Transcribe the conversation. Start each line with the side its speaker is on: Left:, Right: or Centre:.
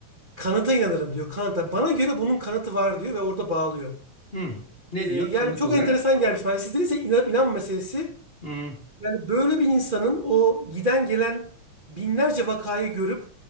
Right: kanıta inanırım diyor. Kanıta. Bana göre bunun kanıtı var diyor ve orada bağlıyor.
Left: Hı. Ne
Right: E, yani
Left: diyor kanıt
Right: çok
Left: olarak?
Right: enteresan gelmiş bana. Sizde ise inan, inanma meselesi
Left: Hı.
Right: yani böyle bir insanın o giden gelen binlerce vakayı görüp